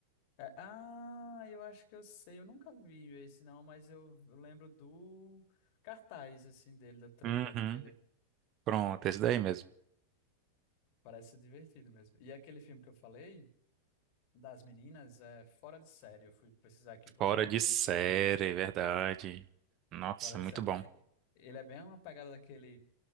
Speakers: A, on the left; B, on the right.
A: É, ah, eu acho que eu sei, eu nunca vi esse não, mas eu, eu lembro do cartaz, assim, dele, do trailer
B: Uhum.
A: dele.
B: Pronto, esse daí mesmo.
A: Parece ser divertido mesmo. E aquele filme que eu falei. das meninas é fora de série. Eu fui pesquisar aqui porque
B: Fora
A: é muito
B: de série,
A: bom.
B: é verdade. Nossa,
A: Fora de
B: muito
A: série.
B: bom.
A: Ele é bem uma pegada daquele,